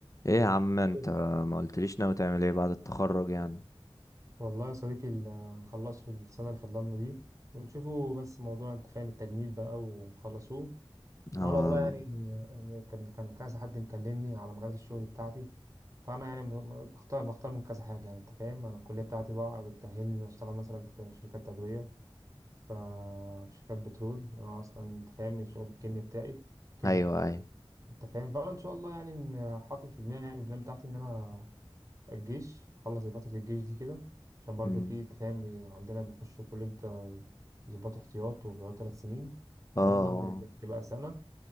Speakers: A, on the left; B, on the right.
A: ايه يا عم انت
B: بس.
A: ما قلتليش ناوي تعمل ايه بعد التخرج يعني
B: والله يا صديقي ال- هنخلصه السنة اللي فضلنا دي ونشوفوا بس موضوع انت فاهم التجنيد بقى ونخلصوه
A: اه
B: وانا والله يعني آه، كان كان كذا حد مكلمني على مجالات الشغل بتاعتي فانا يعني م- بختار بختار من كذا حاجة يعني انت فاهم انا الكلية بتاعتي بقى بتأهلني ان أنا اشتغل مثلا في شركات تدوية ف- في شركات بترول انا اصلا انت فاهم شغل الكيمياء بتاعي كده
A: ايوه ايوه
B: انت فاهم فانا ان شاء الله يعني م- حاطط في دماغي يعني البلان بتاعتي ان انا الجيش اخلص فترة الجيش دي كده عشان برضه
A: مم.
B: في انت فاهم بي- عندنا بنخش كلية آه، ضباط احتياط وبيقعد ثلاث سنين ان
A: اه
B: شاء الله إن تبقى سنة